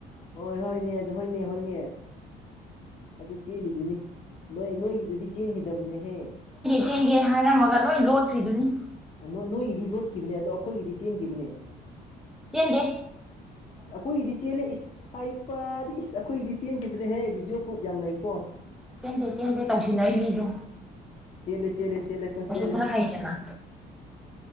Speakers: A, on the left; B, in the centre.
A: ꯍꯣꯏ ꯍꯣꯏꯅꯦ ꯑꯗꯨ ꯍꯣꯏꯅꯦ ꯍꯣꯏꯅꯦ ꯑꯗꯨ ꯆꯦꯜꯂꯤꯗꯨꯅꯤ ꯅꯣꯏ ꯅꯣꯏꯒꯤꯗꯨꯗꯤ ꯆꯦꯟꯈꯤꯗꯕꯅꯦꯍꯦ
B: ꯆꯦꯡꯒꯦ ꯍꯥꯏꯔꯝꯃꯒ ꯂꯣꯏ ꯂꯣꯠꯈ꯭ꯔꯤꯗꯨꯅꯤ
A: ꯅ ꯅꯣꯏꯒꯤꯗꯤ ꯂꯣꯠꯈꯤꯕꯅꯦ ꯑꯗꯣ ꯑꯩꯈꯣꯏꯒꯤꯗꯤ ꯆꯦꯟꯈꯤꯕꯅꯦ
B: ꯦꯟꯗꯦ
A: ꯑꯩꯈꯣꯏꯒꯤꯗꯤ ꯆꯦꯜꯂꯦ ꯏꯁ ꯍꯥꯏꯗꯤ ꯏꯁ ꯑꯩꯈꯣꯏꯒꯤꯗꯤ ꯆꯦꯟꯈꯤꯕ ꯍꯦ ꯚꯗꯤꯑꯣ ꯄ꯭ꯔꯨꯨꯞ ꯌꯥꯝ ꯂꯩꯀꯣ
B: ꯆꯦꯟꯗꯦ ꯆꯦꯟꯗꯦ ꯇꯧꯁꯤꯅ ꯑꯩ ꯃꯤꯗꯣ
A: ꯆꯦꯂ ꯆꯦꯂ ꯆꯦꯂ ꯀ ꯆꯦꯂ
B: ꯈꯔ ꯍꯩꯗꯅ